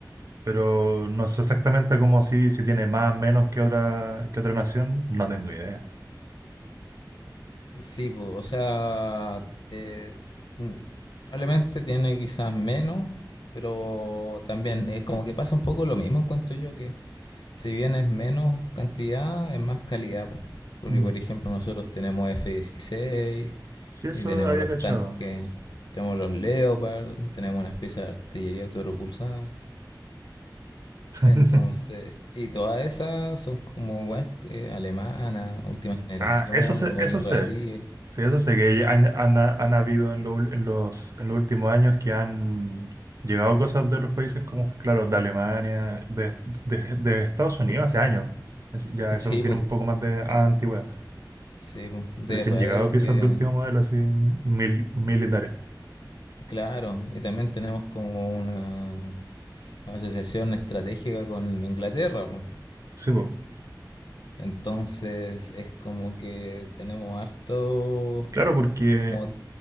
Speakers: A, on the right; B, on the left.
A: pero no sé exactamente cómo si, si tiene más o menos que otra, que otra nación, no tengo idea.
B: Sí, po, o sea, eh, mm, probablemente tiene quizás menos, pero también es como que pasa un poco lo mismo, encuentro yo, que si bien es menos cantidad, es más calidad, po. Porque,
A: Mm.
B: por ejemplo, nosotros tenemos F-16
A: Sí, eso
B: y tenemos
A: había
B: los
A: cachado.
B: tanques, tenemos los Leopard, tenemos unas piezas de artillería autopropulsada.
A: <laughs>
B: Entonces, y todas esas son como igual eh, alemanas, última generación
A: Ah, eso sé,
B: o
A: eso
B: israelíes.
A: sé. Sí, eso sé que han, han, han habido en, lo- en los, en los últimos años que han llegado cosas de otros países como, claro, de Alemania, de, de- de Estados Unidos hace años. Es- ya eso
B: Sí,
A: tiene
B: pues
A: un poco más de antigüedad.
B: Sí, po, de
A: Pero sí
B: Israel,
A: han llegado piezas
B: que
A: de último modelo así mil, militares.
B: claro, y también tenemos como una asociación estratégica con Inglaterra, po.
A: Sí, po.
B: Entonces es como que tenemos harto,
A: Claro, porque
B: como,